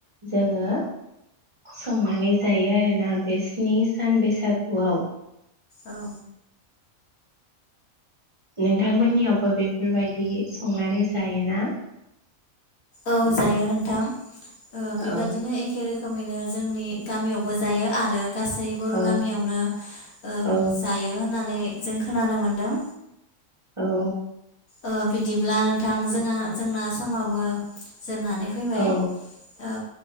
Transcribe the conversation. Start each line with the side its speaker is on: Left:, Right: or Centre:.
Right: जोङो संनानै जायो आरो ना बे स्नि सान बैसागुआव।
Left: औ।
Right: नोंथांमोननियावबो बेफोरबायदि संनानै जायोना?
Left: औ जायो नोंथां। ओ बेबादिनो
Right: औ
Left: एखे रोखोम रोखोमैनो जोंनि गामियावबो जायो आरो गासै बर'
Right: औ
Left: गामियावनो ओ
Right: औ
Left: जायो होननानै जों खोनानो मोनदों।
Right: औ।
Left: ओ बिदिब्ला नोंथां जोंङा जोंना समाबो जोबनानै फैबाय
Right: औ
Left: ओ